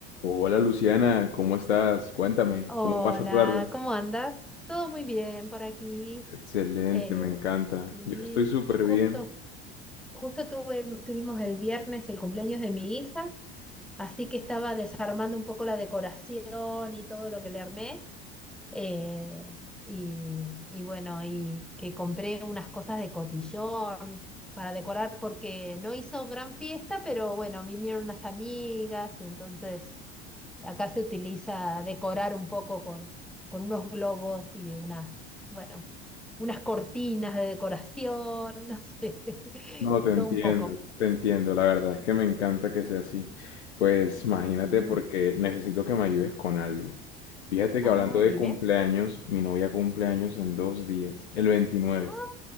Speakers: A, on the left; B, in the centre.
A: Hola Luciana, ¿cómo estás? Cuéntame,
B: Hola,
A: ¿cómo vas a tu tarde?
B: ¿cómo andas? Todo muy bien por aquí.
A: Excelente,
B: Eh,
A: me encanta.
B: sí,
A: Yo estoy súper
B: justo,
A: bien.
B: justo tuve, tuvimos el viernes el cumpleaños de mi hija, así que estaba desarmando un poco la decoración y todo lo que le armé. eh, y, y bueno, y que compré unas cosas de cotillón para decorar porque no hizo gran fiesta, pero bueno, vinieron unas amigas y entonces Acá se utiliza decorar un poco con, con unos globos y unas, bueno, unas cortinas de decoración, no sé, <laughs>
A: No,
B: de
A: te entiendo,
B: todo un poco.
A: te entiendo. La verdad es que me encanta que sea así. Pues imagínate
B: Así.
A: porque necesito que me ayudes con algo. Fíjate que
B: Ah,
A: hablando de
B: dime.
A: cumpleaños, mi novia cumpleaños en dos días, el 29.
B: Ah,